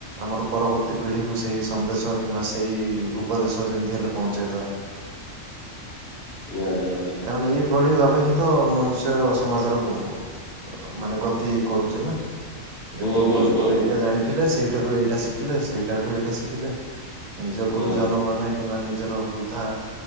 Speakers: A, on the right; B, on the left.
A: ଆମର ପରବର୍ତ୍ତୀ ପିଢ଼ିକୁ ସେଇ ସନ୍ଦେଶ କିମ୍ବା ସେଇ ଉପଦେଶ ଯେମିତି ହେଲେ ପହଞ୍ଚେଇଦବା।
B: ନିହାତି ଭାବରେ
A: କାରଣ ଏଇ ପଳି ଭାବେ ହିଁ ତ ମନୁଷ୍ୟ ସମାଜର ଭୁବ୍। ମାନେ ଗତି କରୁଛି ନା। ଯେ
B: ହୁଁ
A: ପୂର୍ବ
B: ହୁଁ
A: ଯୁଗରେ
B: ହୁଁ
A: ଏଇଟା ଜାଣିଥିଲେ ସେଇଠାରୁ ଏଇଟା ଶିଖିଲେ ସେଇଟାଠୁ ଏଇଟା ଶିଖିଲେ। ନିଜ
B: ହୁଁ
A: ଗୁରୁଜନ ମାନେ। କିମ୍ବା ନିଜର ବୃଦ୍ଧା